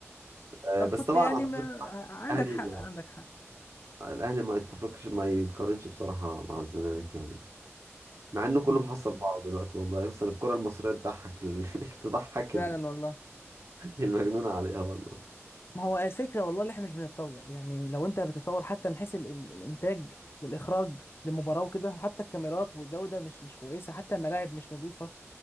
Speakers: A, on the right; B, on the left.
A: أه،
B: طب
A: بس
B: كنت
A: طبعا
B: يعني
A: أعتقد
B: ما... عندك
A: الاهلي
B: حق عندك حق
A: الاهلي ما يتفقش ما يتقارنش بصراحه مع الزمالك يعني مع انه كله
B: مم.
A: محصل بعضه دلوقتي والله اصلا الكره المصريه تضحك ال... <laughs> تضحك
B: فعلا
A: ال-
B: والله
A: المجنون عليها والله
B: ما هو الفكره والله اللي احنا مش بنتطور يعني لو انت بتتطور حتى من حيث ال- ال- الانتاج والاخراج للمباراه وكده حتى الكاميرات والجوده مش مش كويسه حتى الملاعب مش نظيفه